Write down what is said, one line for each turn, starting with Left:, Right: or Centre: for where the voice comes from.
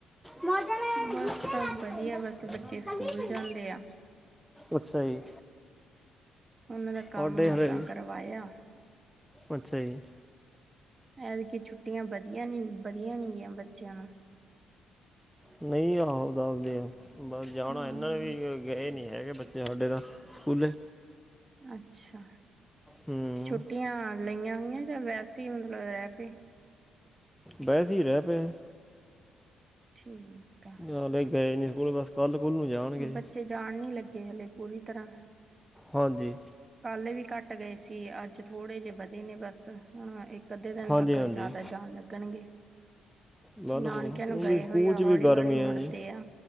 Centre: ਮੌਜਾਂ ਮੇਰੇ
Right: ਬਸ
Centre: ਜੁੱਤੇ
Right: ਸਭ
Centre: ਲਾ ਕੇ
Right: ਬਧੀਆ,
Centre: ਪਈ ਆ
Right: ਬਸ ਬੱਚੇ
Centre: ਕੱਲੀ
Right: ਸਕੂਲ
Centre: ਪਈ
Right: ਜਾਂਦੇ ਆ।
Centre: ਅੱਛਾ ਜੀ।
Right: ਉਹਨਾਂ ਦਾ ਕੰਮ
Centre: ਸਾਡੇ ਹਰੇ
Right: ਮਸਾਂ ਕਰਵਾਇਆ।
Centre: ਅੱਛਾ ਜੀ।
Right: ਐਦਕੀ ਛੁੱਟੀਆਂ ਵਧੀਆ ਨੀ, ਬਧੀਆ ਨੀਂ ਗੀਆਂ ਬੱਚੇਆਂ ਨੂੰ।
Centre: ਨਹੀਂ, ਆਹੋ ਦਸਦੇ ਆ, ਬਸ ਜਾਣਾ
Right: ਹੂੰ।
Centre: ਇਹਨਾਂ ਨੇ ਵੀ ਗਏ ਨੀ ਹੈਗੇ ਬੱਚੇ ਸਾਡੇ ਤਾਂ ਸਕੂਲੇ
Right: ਅੱਛਾ
Centre: ਹੂੰ
Right: ਛੁੱਟੀਆਂ ਲਈਆਂ ਹੋਈਆਂ ਜਾਂ ਵੈਸੇ ਹੀ ਮਤਲਬ ਰਹਿ ਪੇ
Centre: ਬੈਸ ਈ ਰਹਿ ਪਏ।
Right: ਠੀਕ ਆ।
Centre: ਨਾਲੇ ਗਏ ਨੀਸਕੂਲ ਬਸ ਕੱਲ੍ਹ ਕੁੱਲ ਨੂੰ ਜਾਣਗੇ ਜੀ।
Right: ਬੱਚੇ ਜਾਣ ਨੀ ਲੱਗੇ ਹਲੇ ਪੂਰੀ ਤਰ੍ਹਾਂ
Centre: ਹਾਂਜੀ
Right: ਕੱਲ੍ਹ ਵੀ ਘੱਟ ਗਏ ਸੀ ਅੱਜ ਥੋੜ੍ਹੇ ਜਿਹੇ ਵਧੇ ਨੇ ਬਸ ਹਾਂ ਇੱਕ ਅੱਧੇ ਦਿਨ
Centre: ਹਾਂਜੀ
Right: ਤੱਕ
Centre: ਹਾਂਜੀ
Right: ਜਾਦਾ ਜਾਣ ਲੱਗਣ ਗੇ।
Centre: ਬਿਲਕੁਲ
Right: ਨਾਨਕਿਆਂ ਨੂੰ
Centre: ਉਹ
Right: ਗਏ
Centre: ਵੀ ਸਕੂਲ
Right: ਹੋਏ ਆ
Centre: 'ਚ
Right: ਹੌਲੀ-ਹੌਲੀ
Centre: ਵੀ ਗਰਮੀ
Right: ਮੁੜਦੇ
Centre: ਜੀ
Right: ਆ